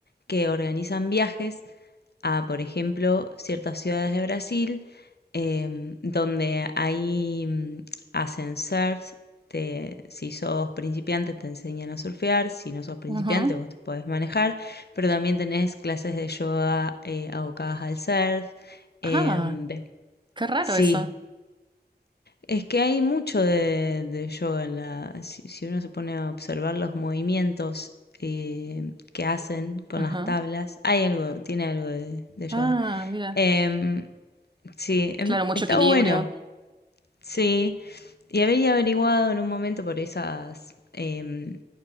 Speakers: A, on the left; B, on the right.
A: que organizan viajes a, por ejemplo, ciertas ciudades de Brasil em, donde ahí mm, hacen surf. te- si sos principiante te enseñan a surfear, si no sos principiante
B: Ujú.
A: vos te podés manejar, pero también tenés clases de yoga eh, abocadas al surf.
B: Ah,
A: em, des-
B: qué raro
A: sí,
B: eso.
A: es que hay mucho de, de yoga en la... Si, si uno se pone a observar los movimientos eh, que hacen con
B: Ajá.
A: las tablas, hay algo, tiene algo de de yoga.
B: Ah, mira.
A: Em, sí, em,
B: Claro, mucho
A: está
B: equilibrio.
A: bueno, sí. Y había averiguado en un momento por esas, em,